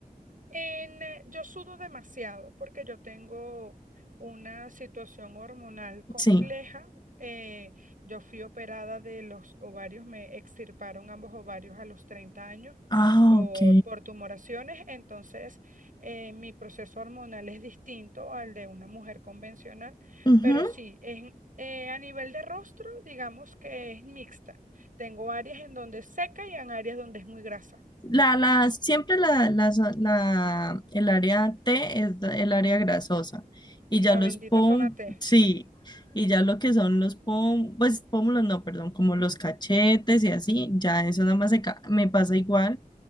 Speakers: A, on the right; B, on the left.
A: En, eh, yo sudo demasiado porque yo tengo una situación hormonal compleja.
B: Sí.
A: eh, yo fui operada de los ovarios, me extirparon ambos ovarios a los 30 años
B: Ah,
A: por,
B: ok.
A: por tumoraciones, entonces eh, mi proceso hormonal es distinto al de una mujer convencional,
B: Ujú.
A: pero sí, es eh, a nivel de rostro, digamos que es mixta. Tengo áreas en donde es seca y en áreas donde es muy grasa.
B: La, las- siempre la, la la- el área T es da- el área grasosa y
A: La
B: ya los
A: bendita
B: pom,
A: zona T.
B: sí, y ya lo que son los pom, pues pómulos no, perdón, como los cachetes y así, ya eso nada más se ca- me pasa igual,